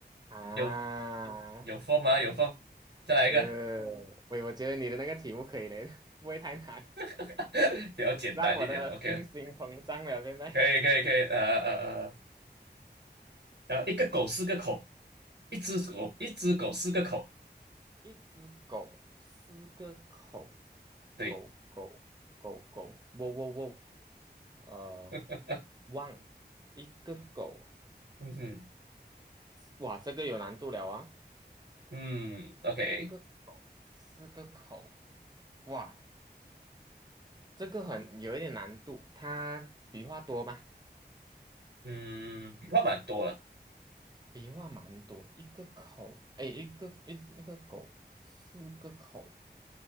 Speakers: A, on the right; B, on the right.
A: 啊！
B: 有有风吗？有风，再来一个，
A: 是，我我觉得你的那个题目可以嘞，<laughs> 不会太难，
B: <laughs> 比较简单一点，OK，
A: 让我的信心膨胀了。现在
B: 可以可以可以，呃呃呃，呃，一个狗四个口，一只狗一只狗四个口，
A: 一一只狗，四个口，
B: 对，
A: 狗狗狗狗，喔喔喔，呃，
B: <laughs>
A: 汪，一个狗，
B: 嗯嗯
A: 哇，这个有难度了啊，
B: 嗯，OK，
A: 一个狗，四个口，哇，这个很有一点难度，它笔画多吗？
B: 嗯，笔画蛮多了。
A: 笔画蛮多，一个口，哎，一个一一个狗，四个口。